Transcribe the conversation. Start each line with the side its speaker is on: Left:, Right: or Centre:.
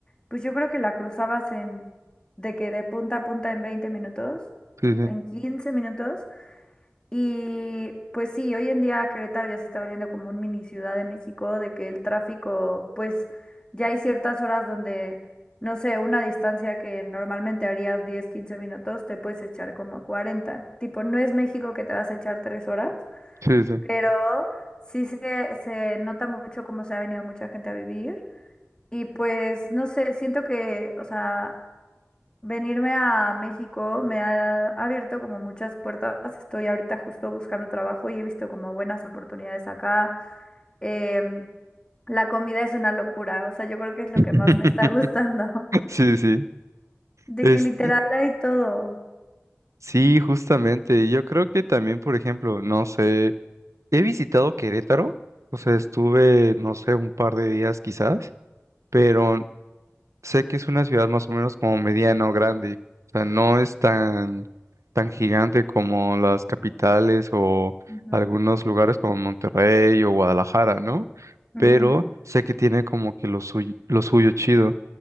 Left: Pues yo creo que la cruzabas en, de que de punta a punta en 20 minutos,
Right: Sí,
Left: en 15 minutos. Y pues sí, hoy en día Querétaro ya se está volviendo como un mini Ciudad de México, de que el tráfico, pues ya hay ciertas horas donde, no sé, una distancia que normalmente harías 10 15 minutos, te puedes echar como cuarenta Tipo, no es México que te vas a echar tres horas,
Right: sí, sí, sí.
Left: pero sí se, se nota mucho cómo se ha venido mucha gente a vivir. Y pues, no sé, siento que, o sea... Venirme a México me ha abierto como muchas puertas. Estoy ahorita justo buscando trabajo y he visto como buenas oportunidades acá. Em, la comida es una locura, o sea, yo creo que es lo
Right: <laughs>
Left: que más me está gustando,
Right: Sí, sí.
Left: <laughs> de
Right: Es,
Left: que literal hay todo.
Right: sí, justamente. Yo creo que también, por ejemplo, no sé, he visitado Querétaro, o sea, estuve, no sé, un par de días quizás, pero Sé que es una ciudad más o menos como mediana o grande, o sea, no es tan, tan gigante como las capitales o
Left: Ujú,
Right: algunos lugares como Monterrey o Guadalajara, ¿no?
Left: ujú.
Right: Pero sé que tiene como que lo suyo, lo suyo chido.